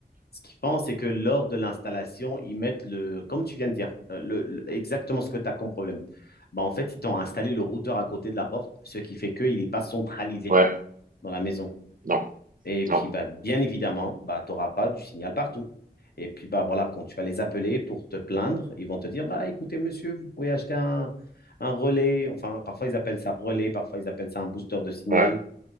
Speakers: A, on the left; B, on the right.
A: Ce qu'ils font, c'est que lors de l'installation, ils mettent le, comme tu viens de dire, euh, le, le- exactement ce que tu as comme problème. Bah, en fait, ils t'ont installé le routeur à côté de la porte, ce qui fait qu'il n'est pas centralisé
B: ouais,
A: dans la maison.
B: non,
A: Et puis,
B: non,
A: bah, bien évidemment, bah, tu n'auras pas du signal partout. Et puis, bah, voilà, quand tu vas les appeler pour te plaindre, ils vont te dire, bah, écoutez, monsieur, vous pourriez acheter un, un relais. Enfin, parfois, ils appellent ça relais, parfois, ils appellent ça un booster de signal.
B: ouais,